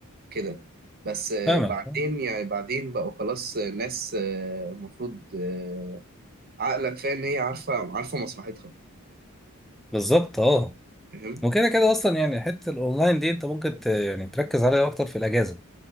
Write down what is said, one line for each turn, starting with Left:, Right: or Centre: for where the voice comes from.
Right: كده بس آه،
Centre: فاهمك
Right: بعدين يعني بعدين بقوا خلاص آه، ناس آه، المفروض آه، عقلك فاهم هي عارفة عارفة مصلحتها
Centre: بالظبط أه
Right: فاهم
Centre: وكده كده أصلا يعني حتة الأونلاين دي أنت ممكن ت- يعني تركز عليها أكتر في الأجازة